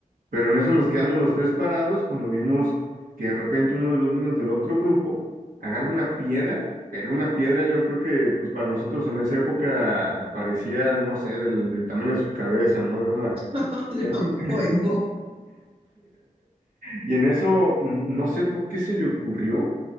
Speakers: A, on the right; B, on the right.
A: Pero en eso nos quedamos los tres parados cuando vimos que de repente uno de los niños del otro grupo agarra una piedra, pero una piedra yo creo que pues para nosotros en esa época parecía, no sé, del, del tamaño de su cabeza, ¿no? Era una...
B: <laughs>
A: <laughs>
B: Hoy no.
A: Y en eso, n- no sé por qué se le ocurrió,